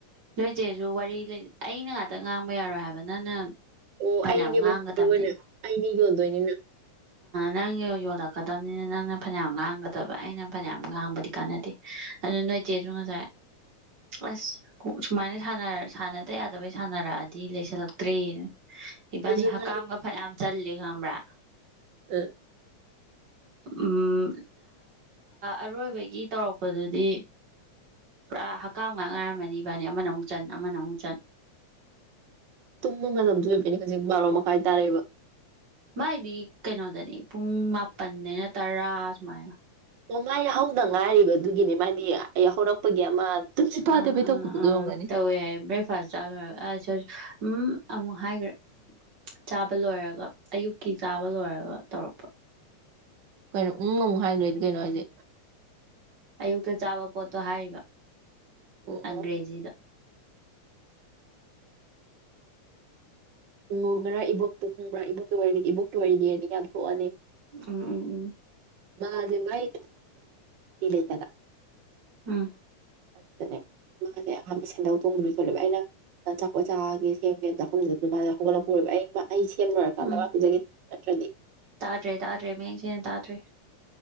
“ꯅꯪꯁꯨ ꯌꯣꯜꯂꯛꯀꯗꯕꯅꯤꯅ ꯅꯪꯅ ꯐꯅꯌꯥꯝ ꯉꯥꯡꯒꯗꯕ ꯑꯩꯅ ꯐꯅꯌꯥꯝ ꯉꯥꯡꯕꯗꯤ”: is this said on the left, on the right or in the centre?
Right